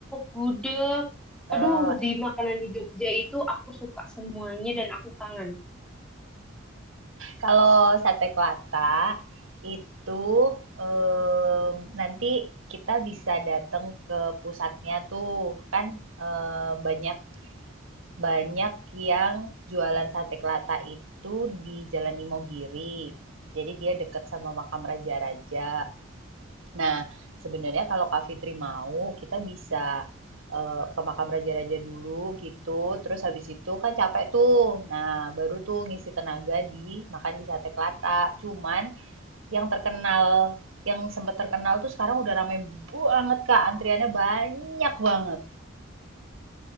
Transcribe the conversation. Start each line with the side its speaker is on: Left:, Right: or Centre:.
Centre: gudeg.
Right: Eh,
Centre: Aduh, di makanan di Jogja itu aku suka semuanya dan aku kangen.
Right: Kalau sate Kelata itu, eee, nanti kita bisa datang ke pusatnya tuh. Kan, eee, banyak banyak yang jualan sate Kelata itu di Jalan Imogiri. Jadi dia dekat sama makam raja-raja. Nah, sebenarnya kalau Kak Fitri mau, kita bisa eh, ke makam raja-raja dulu gitu. Terus habis itu kan capek tuh. Nah, baru tuh ngisi tenaga di makan di sate kelata. Cuman yang terkenal, yang sempat terkenal tuh sekarang udah rame banget Kak. Antriannya banyak banget.